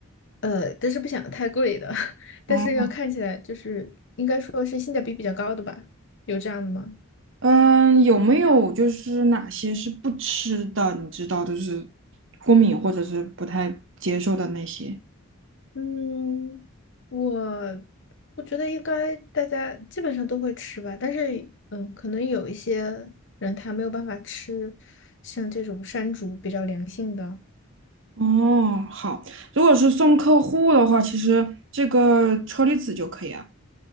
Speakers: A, on the left (about 55°); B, on the right (about 60°).
A: 呃，但是不想太贵的，<laughs> 但是要看起来就是应该说是性价比比较高的吧？
B: 哦，
A: 有这样的吗？
B: 嗯，有没有就是哪些是不吃的？你知道，就是过敏或者是不太接受的那些。
A: 嗯，我我觉得应该大家基本上都会吃吧，但是嗯，可能有一些人他没有办法吃像这种山竹比较良性的，
B: 哦，好，如果是送客户的话，其实这个车厘子就可以啊。